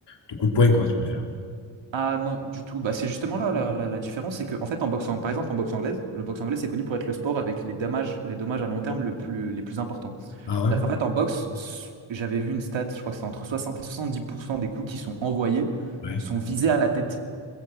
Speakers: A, on the left (about 55°); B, on the right (about 65°).
A: de coups de poing, quoi, tu préfères.
B: Ah non, du tout. Bah, c'est justement là la, la- la différence, c'est que, en fait, en boxe, en- par exemple, en boxe anglaise, le boxe anglaise, c'est connu pour être le sport avec les dommages, les dommages à long terme le plus, les plus importants.
A: Ah
B: C'est-à-dire
A: ouais?
B: qu'en fait, en boxe, s- j'avais vu une stat, je crois que c'est entre 60 et 70% des coups qui sont envoyés
A: Ouais.
B: sont visés à la tête.